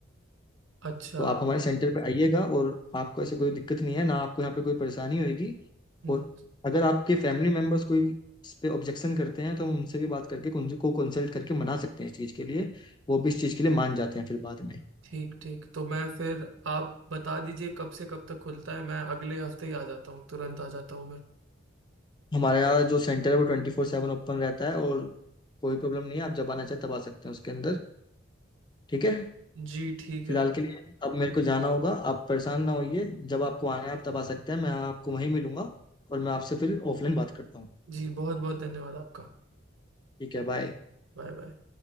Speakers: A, on the right; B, on the left.
A: अच्छा
B: तो आप हमारे सेंटर पे आइएगा और आपको ऐसे कोई दिक्कत नहीं है ना आपको यहाँ पे कोई परेशानी होगी
A: हम्म,
B: और अगर आपके फैमिली मेम्बर्स कोई इस पे ऑब्जेक्शन करते हैं तो हम उनसे भी बात करके उनको कंसल्ट करके मना सकते हैं इस चीज़ के लिए वो भी इस चीज़ के लिए मान जाते हैं फिर बाद में
A: ठीक ठीक तो मैं फिर आप बता दीजिए कब से कब तक खुलता है मैं अगले हफ्ते ही आ जाता हूँ तुरंत आ जाता हूँ मैं
B: हमारे यहाँ जो सेंटर है वो ट्वेंटी फोर सेवन ओपन रहता है और कोई प्रॉब्लम नहीं है आप जब आना चाहे तब आ सकते हैं उसके अंदर ठीक है
A: जी ठीक
B: फिलहाल
A: है
B: के लिए अब मेरे को जाना होगा आप परेशान ना होइए जब आपको आना है आप तब आ सकते हैं मैं आपको वहीं मिलूंगा और मैं आपसे फिर ऑफलाइन बात करता हूँ
A: जी बहुत बहुत धन्यवाद आपका
B: ठीक है बाय
A: Bye bye